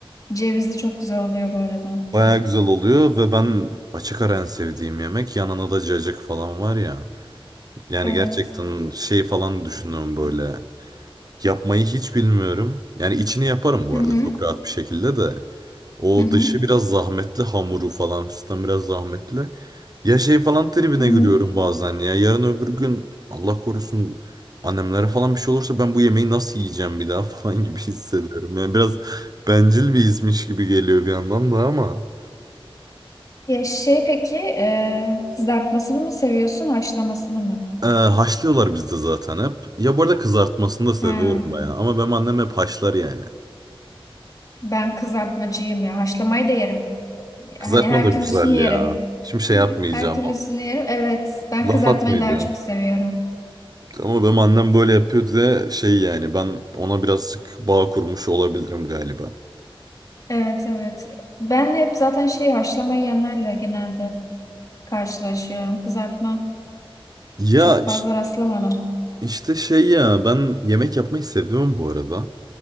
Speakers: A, on the left; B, on the right.
A: Cevizli çok güzel oluyor bu arada.
B: Baya güzel oluyor ve ben açık ara en sevdiğim yemek yanına da cacık falan var ya. Yani
A: Evet.
B: gerçekten şey falan düşünüyorum böyle. Yapmayı hiç bilmiyorum. Yani içini yaparım bu
A: Hı hı.
B: arada çok rahat bir şekilde de. O
A: Hı hı.
B: dışı biraz zahmetli hamuru falan fistan biraz zahmetli. Ya şey falan tribine
A: Hı hı.
B: giriyorum bazen ya. Yarın öbür gün Allah korusun annemlere falan bir şey olursa ben bu yemeği nasıl yiyeceğim bir daha <laughs> falan gibi hissediyorum. Yani biraz bencil bir izmiş gibi geliyor bir yandan da ama.
A: Ya şey peki e, kızartmasını mı seviyorsun haşlamasını mı?
B: Ee, haşlıyorlar bizde zaten hep. Ya bu arada kızartmasını da seviyorum
A: Ha,
B: bayağı. Ama benim annem hep haşlar yani.
A: ben kızartmacıyım ya. Haşlamayı da yerim.
B: Kızartma
A: Hani her
B: da güzel
A: türlüsünü yerim.
B: ya. Şimdi şey yapmayacağım.
A: Her türlüsünü yerim. Evet. Ben
B: Laf
A: kızartmayı
B: atmayacağım.
A: daha çok seviyorum.
B: Ama benim annem böyle yapıyor diye şey yani ben ona birazcık bağ kurmuş olabilirim galiba.
A: Evet evet. Ben hep zaten şey haşlamayı yiyenlerle genelde karşılaşıyorum. Kızartma
B: Ya
A: çok
B: iş-
A: fazla rastlamadım.
B: işte şey ya ben yemek yapmayı seviyorum bu arada.